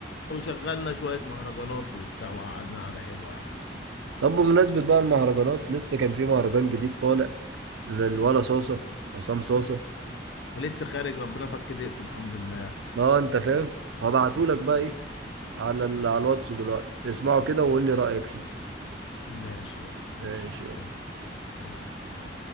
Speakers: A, on the left; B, on the right.
A: وشغلنا شوية مهرجانات وبتاع وقعدنا قعدة حلوة يعني
B: طب بمناسبه بقى المهرجانات لسه كان في مهرجان جديد طالع للولا صاصه عصام صاصه
A: فلسه خارج ربنا فك دقته الحمد لله
B: اه انت فاهم هبعتهولك بقى ايه على ال... على الواتس دلوقتي اسمعه كده وقول لي رايك فيه
A: ماشي يلا ماشي
B: ماشي
A: مستني
B: يلا.
A: يلا باي.